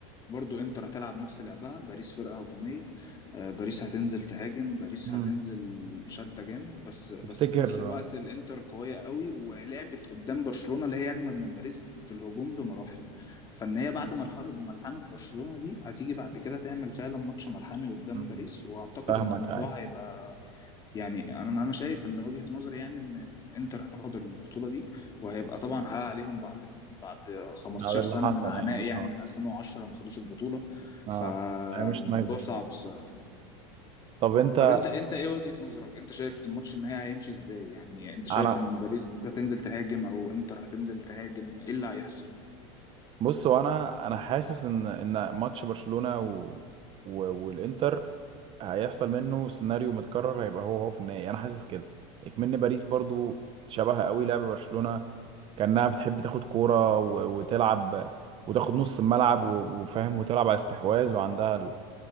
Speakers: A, on the left; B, on the right.
A: برضو انتر هتلعب نفس لعبها باريس فرقة هجومية آه، باريس هتنزل تهاجم باريس
B: مم.
A: هتنزل بشدة جامد بس بس
B: تفتكر
A: في نفس الوقت الانتر قوية قوي ولعبت قدام برشلونة اللي هي اجمد من باريس في الهجوم بمراحل فان هي بعد مرحلة ملحمة برشلونة دي هتيجي بعد كده تعمل فعلا ماتش ملحمي قدام
B: مم.
A: باريس واعتقد
B: فاهمك
A: ان الموضوع
B: أي
A: هيبقى يعني انا انا شايف ان وجهة نظري يعني ان انتر هتاخد البطولة دي وهيبقى طبعا حقق عليهم بعد ال... بعد 15
B: هذا اللي
A: سنة
B: حصل
A: من عناء
B: يعني
A: يعني
B: اه
A: من 2010 ما خدوش البطولة
B: اه
A: فموضوع
B: يعني مش نايدر
A: صعب الصراحة
B: طب انت
A: طب انت انت ايه وجهة نظرك انت شايف الماتش النهائي هيمشي ازاي يعني انت شايف
B: انا
A: ان باريس هتنزل تهاجم او انتر هتنزل تهاجم ايه اللي هيحصل
B: بص وانا انا حاسس ان ان ماتش برشلونة و... و... والانتر هيحصل منه سيناريو متكرر هيبقى هو هو في النهائي انا حاسس كده اكمن باريس برضو شبه قوي لعب برشلونة كأنها بتحب تاخد كورة و- وتلعب وتاخد نص الملعب و- وفاهم وتلعب على استحواذ وعندها ال...